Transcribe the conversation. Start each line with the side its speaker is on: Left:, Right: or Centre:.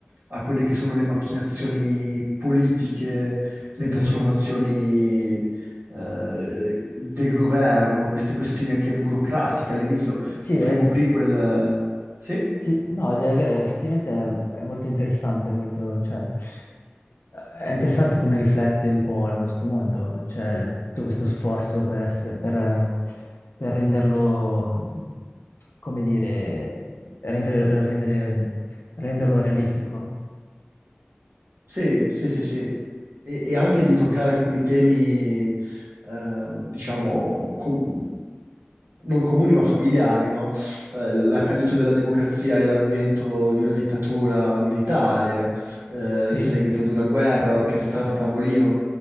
Right: a quelle che sono le macchinazioni politiche, le
Left: mhm.
Right: trasformazioni eh, del governo, queste questioni anche burocratiche. All'inizio
Left: Sì,
Right: il primo
Left: è...
Right: prequel. eh, Sì,
Left: Sì, no, è vero, effettivamente è, è molto interessante, molto, cioè, è interessante come riflette un po' il nostro mondo, cioè tutto questo sforzo per, essere, per, per renderlo, mh, come dire, rendere, rendere- renderlo realistico.
Right: Sì, sì, sì, sì. E, e anche di toccare alcuni temi, eh, diciamo, com- non comuni ma familiari, no? Eh, la caduta della democrazia e l'avvento di una dittatura militare, eh,
Left: Sì?
Right: in seguito ad una guerra orchestrata a tavolino.